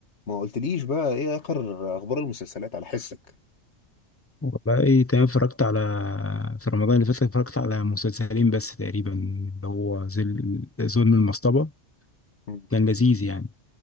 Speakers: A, on the left; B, on the left.
A: ما قلتليش بقى ايه اخر اخبار المسلسلات على حسك
B: والله ايه تمام اتفرجت على في رمضان اللي فات اتفرجت على مسلسلين بس تقريبا اللي هو ظل ظلم المصطبة
A: مم.
B: كان لذيذ يعني